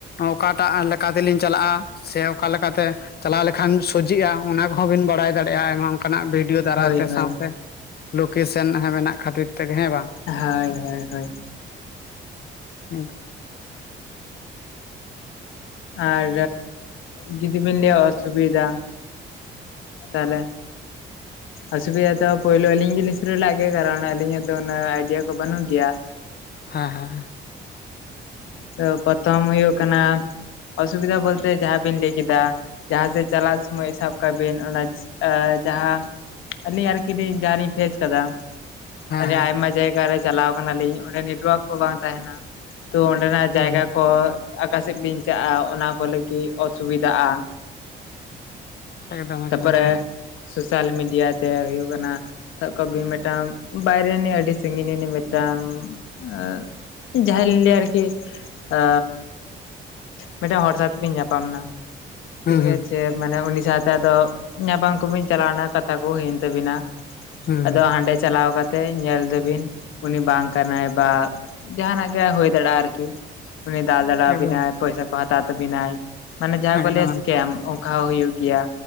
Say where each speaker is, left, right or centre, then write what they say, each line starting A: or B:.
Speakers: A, on the left; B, on the left.
A: ᱚᱠᱟᱴᱟᱜ ᱛᱮᱞᱤᱧ ᱪᱟᱞᱟᱜᱼᱟ ᱥᱮ ᱚᱠᱟ ᱞᱮᱠᱟᱛᱮ ᱪᱟᱞᱟᱣ ᱞᱮᱠᱷᱟᱱ ᱥᱚᱡᱷᱮᱜᱼᱟ ᱚᱱᱟ ᱠᱚᱦᱚᱸ ᱵᱤᱱ ᱵᱟᱲᱟᱭ ᱫᱟᱲᱮᱭᱟᱜᱼᱟ ᱟᱭᱢᱟ ᱚᱱᱠᱟᱱᱟᱜ ᱵᱷᱤᱰᱭᱳ ᱫᱟᱨᱟᱭᱛᱮ
B: ᱦᱳᱭ ᱦᱳᱭ
A: ᱥᱟᱶᱛᱮ ᱞᱳᱠᱮᱥᱚᱱ ᱢᱮᱱᱟᱜ ᱠᱷᱟᱹᱛᱤᱨ ᱛᱮᱜᱮ ᱦᱮᱸ ᱵᱟᱝ᱾
B: ᱦᱳᱭ ᱦᱳᱭ ᱦᱳᱭ
A: ᱦᱮᱸᱛᱚ <inaudible>
B: ᱟᱨ ᱡᱩᱫᱤᱵᱤᱱ ᱞᱟᱹᱭᱟ ᱚᱥᱩᱵᱤᱫᱷᱟ ᱛᱟᱦᱚᱞᱮ ᱚᱥᱩᱵᱤᱫᱷᱟ ᱫᱚ ᱯᱳᱭᱞᱳ ᱟᱞᱤᱧ ᱜᱮᱞᱤᱧ ᱥᱩᱨᱩ ᱞᱮᱫ ᱜᱮ ᱠᱟᱨᱚᱱ ᱟᱞᱤᱧᱟᱜ ᱫᱚ ᱩᱱᱟᱹᱜ ᱟᱭᱰᱤᱭᱟ ᱠᱚ ᱵᱟᱹᱱᱩᱜ ᱜᱮᱭᱟ᱾
A: ᱦᱮᱸ ᱦᱮᱸ
B: ᱛᱚ ᱯᱨᱚᱛᱷᱚᱢ ᱦᱩᱭᱩᱜ ᱠᱟᱱᱟ ᱚᱥᱩᱵᱤᱫᱷᱟ ᱵᱚᱞᱛᱮ ᱡᱟᱦᱟᱸ ᱵᱤᱱ ᱞᱟᱹᱭ ᱠᱮᱫᱟ ᱡᱟᱦᱟᱸ ᱥᱮᱫ ᱪᱟᱞᱟᱜ ᱥᱚᱢᱚᱭ ᱥᱟᱵ ᱠᱟᱜ ᱵᱤᱱ ᱚᱱᱟ ᱡᱟᱦᱟᱸ ᱟᱹᱞᱤᱧ ᱟᱨᱠᱤ ᱡᱟᱦᱟᱸᱞᱤᱧ ᱯᱷᱮᱥ ᱟᱠᱟᱫᱟ ᱟᱹᱰᱤ
A: ᱦᱮᱸ
B: ᱟᱭᱢᱟ ᱡᱟᱭᱜᱟ ᱨᱮ ᱪᱟᱞᱟᱣ ᱠᱟᱱᱟ ᱞᱤᱧ ᱚᱸᱰᱮ ᱱᱮᱴᱣᱟᱨᱠ ᱠᱚ ᱵᱟᱝ ᱛᱟᱦᱮᱱᱟ ᱛᱚ ᱚᱸᱰᱮ ᱡᱟᱭᱜᱟ
A: ᱦᱳᱭ
B: ᱠᱚ ᱚᱠᱟ ᱥᱮᱫ ᱵᱮᱱ ᱪᱟᱞᱟᱜᱼᱟ ᱚᱱᱟ ᱠᱚ ᱞᱟᱹᱜᱤᱫ ᱚᱥᱩᱵᱤᱫᱟᱜᱼᱟ ᱾
A: ᱦᱮᱸ ᱮᱠᱫᱚᱢ ᱮᱠᱫᱚᱢ
B: ᱛᱟᱯᱚᱨᱮ ᱥᱳᱥᱟᱞ ᱢᱤᱰᱤᱭᱟ ᱛᱮ ᱦᱩᱭᱩᱜ ᱠᱟᱱᱟ᱾ ᱥᱟᱵ ᱠᱟᱜ ᱵᱤᱱ ᱢᱤᱜᱴᱟᱝ ᱵᱟᱭᱨᱮ ᱨᱮᱱᱤᱡ ᱟᱹᱰᱤ ᱥᱟᱺᱜᱤᱧ ᱱᱤᱱᱤᱡ ᱢᱤᱜᱴᱟᱝ ᱮ ᱡᱟᱦᱟᱸᱭ ᱞᱤᱧ ᱞᱟᱹᱭᱟ ᱟᱨᱠᱤ ᱟ ᱢᱤᱫᱴᱮᱱ ᱦᱚᱲ ᱥᱟᱶᱛᱮ ᱤᱧ ᱧᱟᱯᱟᱢᱱᱟ
A: ᱦᱩᱸ
B: ᱴᱷᱤᱠ
A: ᱦᱩᱸ
B: ᱟᱪᱪᱷᱮ ᱢᱟᱱᱮ ᱩᱱᱤ ᱥᱟᱶ ᱛᱮ ᱟᱫᱚ ᱧᱟᱯᱟᱢ ᱠᱚᱵᱤᱱ ᱪᱟᱞᱟᱣᱱᱟ ᱠᱟᱛᱷᱟ ᱠᱚ ᱦᱩᱭᱮᱱ ᱛᱟᱵᱤᱱᱟ
A: ᱦᱩᱸ
B: ᱟᱫᱚ ᱦᱟᱸᱰᱮ ᱪᱟᱞᱟᱣ ᱠᱟ ᱛᱮᱜ ᱧᱮᱞ ᱫᱟᱹᱵᱤᱱ ᱩᱱᱤ ᱵᱟᱝ ᱠᱟᱱᱟᱭ ᱵᱟ ᱡᱟᱦᱟᱱᱟᱜ ᱜᱮ ᱦᱩᱭ ᱫᱟᱲᱮᱜᱼᱟ ᱟᱨᱠᱤ᱾ ᱩᱱᱤ ᱫᱟᱞ ᱫᱟᱲᱮ ᱟᱵᱤᱱᱟᱭ
A: ᱮᱠᱫᱚᱢ
B: ᱯᱚᱭᱥᱟ ᱠᱚ ᱦᱟᱛᱟᱣ ᱛᱟᱵᱤᱱᱟᱭ ᱢᱟᱱᱮ ᱡᱟᱦᱟᱸ
A: ᱮᱠᱫᱚᱢ
B: ᱠᱚ ᱞᱟᱹᱭᱟ ᱥᱠᱮᱢ ᱚᱝ ᱠᱟᱣ ᱦᱚᱸ ᱦᱩᱭᱩᱜ ᱜᱮᱭᱟ᱾